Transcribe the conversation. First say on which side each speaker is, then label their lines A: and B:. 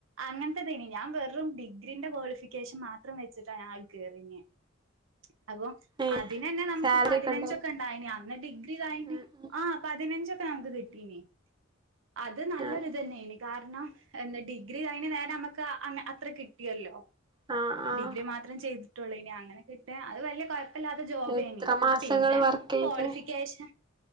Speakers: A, on the right (about 70°); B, on the right (about 25°).
A: അങ്ങൻത്തെതേനി ഞാൻ വെറും ഡിഗ്രീന്റെ ക്വാളിഫിക്കേഷൻ മാത്രം വെച്ചിട്ടാ ഞാൻ അയ് കേറീനേ. അപ്പം
B: ഏഹ്
A: അതിനന്നെ നമക്ക്
B: സാലറി
A: പതിനഞ്ചൊ
B: ഒക്കെ ഉണ്ടായിനോ
A: ക്കെ ഇണ്ടായിനി അന്ന് ഡിഗ്രി കഴിഞ്ഞ്
B: ഉം ഉം
A: ആഹ് പതിനഞ്ചൊക്കെ നമക്ക് കിട്ടീനി. അത് നല്ലൊര്തെന്നേനി
B: ആഹ്
A: കാരണം എന്താ ഡിഗ്രി കഴിഞ്ഞ് നേരെ നമക്ക് അങ്ങ് അത്ര കിട്ടിയല്ലോ
B: ആഹ് ആഹ്
A: ഡിഗ്രി മാത്രം ചെയ്തിട്ടുള്ളേനി അങ്ങനെ കിട്ടാ അത് വല്ല്യ കൊയ പ്പല്ലാത്ത ജോബേനി
B: എത്ര മാസങ്ങള്
A: പിന്നെ,
B: വർക്ക് ചെയ്തേ
A: ക്വാളിഫിക്കേഷൻ